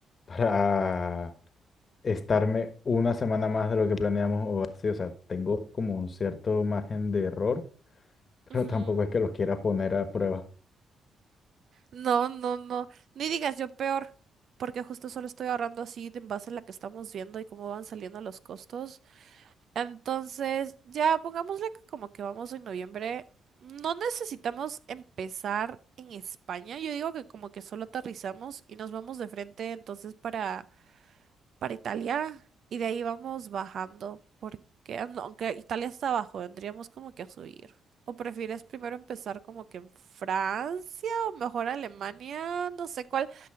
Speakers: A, on the left (about 45°); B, on the right (about 65°).
A: para estarme una semana más de lo que planeamos o así. O sea, tengo como un cierto margen de error, <laughs>
B: Ujú.
A: pero tampoco es que los quiera poner a prueba.
B: No, no, no. Ni digas yo peor porque justo solo estoy ahorrando así de en base a la que estamos viendo y cómo van saliendo los costos. Entonces, ya pongámosle que como que vamos en noviembre. No necesitamos empezar en España. Yo digo que como que solo aterrizamos y nos vamos de frente entonces para, para Italia y de ahí vamos bajando. Porque an- aunque Italia está abajo, tendríamos como que a subir. ¿O prefieres primero empezar como que en Francia o mejor Alemania? No sé, ¿cuál,